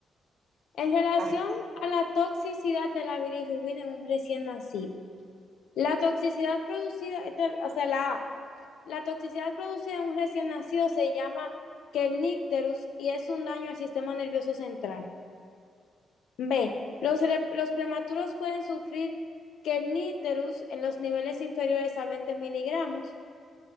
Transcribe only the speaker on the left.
En relación
a la toxicidad de la bilirrubina en un recién nacido, la toxicidad producida, esta- o sea, la A, la toxicidad producida en un recién nacido se llama kernicterus y es un daño al sistema nervioso central. B. Los, cere- los prematuros pueden sufrir kerníterus en los niveles inferiores a 20 miligramos.